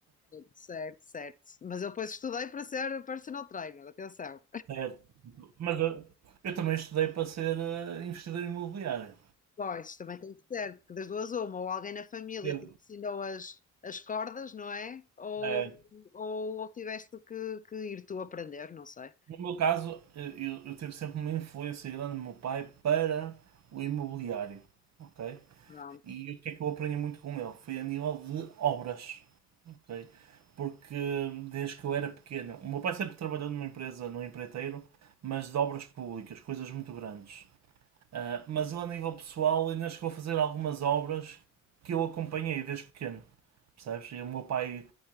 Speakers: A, on the left; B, on the right.
A: Certo, certo. Mas eu depois estudei para ser personal trainer, atenção.
B: Certo. Mas eu, eu também estudei para ser eh, investidor imobiliário.
A: Pois, também tem que ser, porque das duas uma, ou alguém na família
B: Eu,
A: te ensinou as, as cordas, não é? Ou,
B: eh,
A: ou tiveste que, que ir tu aprender, não sei.
B: no meu caso, eh, eu, eu tive sempre uma influência grande do meu pai para o imobiliário. Ok?
A: Pronto.
B: E o que é que eu aprendi muito com ele? Foi a nível de obras. ok? Porque desde que eu era pequeno, o meu pai sempre trabalhou numa empresa, num empreiteiro, mas de obras públicas, coisas muito grandes. Ah, mas ele, a nível pessoal, ainda chegou a fazer algumas obras que eu acompanhei desde pequeno, percebes? E o meu pai